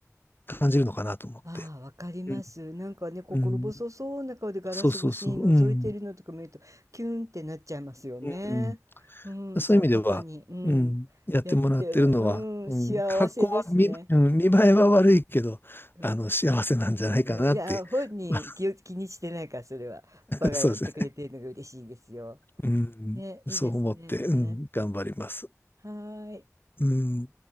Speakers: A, on the left; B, on the right.
A: 感じるのかなと思って。
B: ああ、わかります。
A: うん
B: なんかね、心細そうな顔でガラス越しに覗いているのとか見ると、
A: うん、そうそうそう。うん。
B: キュンってなっちゃいますよね。
A: うん
B: うん、
A: そういう意味では、
B: じゃあパパに、うん、
A: うん、やってもらってるのは、
B: やっては、うん、
A: うん、
B: 幸せですね。
A: 格好は見、うん、見栄えは悪いけど、
B: うん、
A: あの、幸せなんじゃないかなって、
B: うんいや、本人気を、
A: <laughs>
B: 気にしてないから、それは。パパがやってくれてるのが嬉しいですよ。
A: そうですね。うん、
B: ね、いいですね。
A: そう思って、うん、頑張ります。
B: はーい。
A: うん